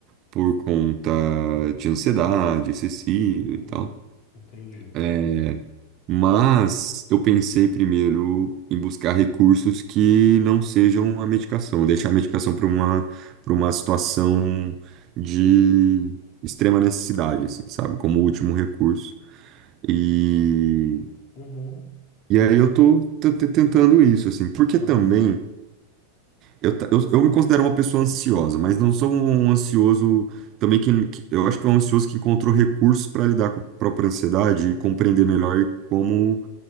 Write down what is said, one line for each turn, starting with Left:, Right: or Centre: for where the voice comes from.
Right: por conta de ansiedade excessiva
Left: uhum.
Right: e tal.
Left: Entendi.
Right: É, mas eu pensei primeiro em buscar recursos que não sejam a medicação, deixar a medicação para uma, para uma situação de extrema necessidade, assim, sabe? Como último recurso. E,
Left: Uhum,
Right: e aí eu tô, t- t- tentando isso, assim, porque
Left: uhum,
Right: também eu, ta- eu, eu me considero uma pessoa ansiosa, mas não sou um ansioso também que, que eu acho que é um ansioso que encontrou recursos para lidar com a própria ansiedade e compreender melhor como